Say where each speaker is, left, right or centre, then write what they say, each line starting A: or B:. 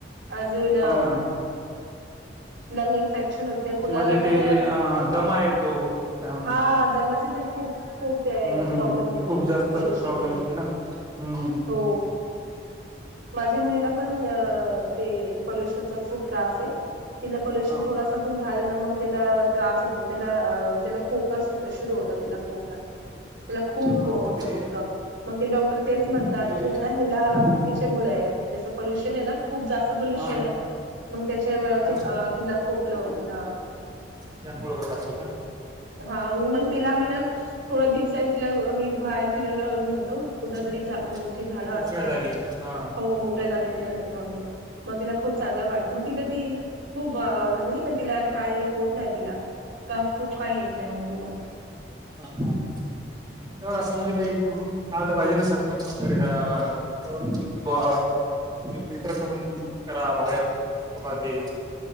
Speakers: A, on the right (about 85°); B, on the right (about 20°).
A: अजून.
B: हो ना
A: लंग इन्फेक्शन होते कुणाला
B: म्हणजे ते
A: तर.
B: अ दमा येतो त्यान
A: हा दम्याचे पण खूप. खूप ते
B: हम्म
A: प्रॉब्लेम येते
B: खूप जास्त
A: पॉल्युशन
B: प्रॉब्लेम
A: नि
B: येते ना हम्म
A: हो. माझ्या मुलीला पण ते पोल्युशनचा खूप त्रास आहे. तिला पोल्युशन
B: हा
A: थोडासा पण झालं ना मग त्याला त्रास होतो त्याला त्याला खोप. सुरू होता तिला खोकला. त्याला खूप
B: हा
A: होत
B: ते
A: मग का मग ते डॉक्टर तेच
B: त्यामुळे
A: म्हणतात
B: ते
A: की ह ना हिला.
B: हा
A: त्याच्यामुळे हाय जसं पोल्युशन आहे ना. खूप जास्त पोल्युशन
B: हा हा
A: आहे मग त्याच्या
B: त्या
A: तिला खोकलं होतेय ह.
B: त्यामुळे होत असल ना.
A: हा मग तिला आम्ही ना थोड दिवसानी तिला आम्ही बाहेर फिरायला नेतो. कुठ
B: हम्म,
A: तरी मोठी झाडं
B: मोकळ्या
A: असतात.
B: जागी हा हा
A: हो मोकळ्या जागी तिला नेतो आम्ही मग तिला खूप चांगलं वाटतं मग तिथं ती. खूप म्हजे नाय का तिला काय होत राहतय तिला कफ खूप काय येत नाही मग त.
B: हा ह त्यावर असं म्हणजे काही <unintelligible> काढलं पाहिजे ना सरकारणं.. अ <unintelligible> तुम्ही फिल्टर करून करा बाहेर सोडा ते